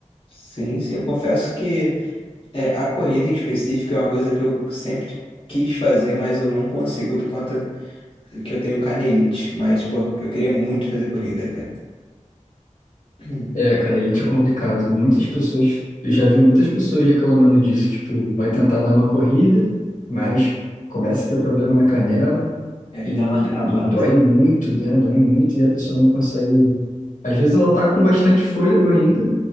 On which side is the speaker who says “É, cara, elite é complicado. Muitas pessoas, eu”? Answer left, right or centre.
Left